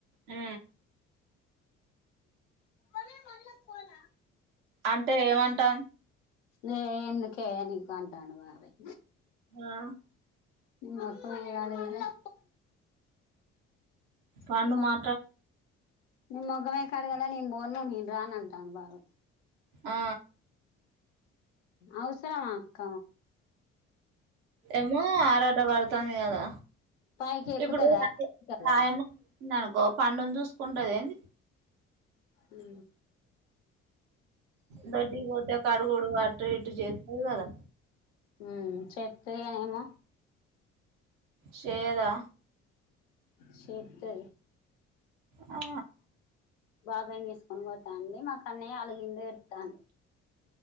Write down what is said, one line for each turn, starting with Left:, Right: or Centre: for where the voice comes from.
Right: ఉ
Left: మమీ మళ్ళ ఫోన్ హ
Right: అంటే ఏమంటాను
Left: నీ ఎందుకే నీకు అంటాడు బాబాయ్
Right: ఆ
Left: మొత్తం ఇయ్యాలే కదా
Right: పండు
Left: నీమాక్
Right: మాట్లాడు
Left: నీ మొకం ఎట్ల కడగలే నేను పోను నేను రాను ఆటండు బాబయ్
Right: హు
Left: అవు సరమ అక్క
Right: ఎమ్మో ఆరాట పడ్ తాంది కదా
Left: పైకి ఎక్కుతదా
Right: ఇప్పుడు
Left: తిత్తరా
Right: ఆయమ్మ అనుకో పండును చూసుకుంటది ఏంది
Left: ఉ
Right: దొడ్డికి పోతే కాడుగుడు అటు ఇటు చేస్తది కదా
Left: హు చెత్తది కానీ ఏమో
Right: చేయదా
Left: చెత్తది
Right: ఆ
Left: బాబాయ్ ని తీసుకొని పోతాండి మా కన్నయ్య అలగిిండు పెడతాంది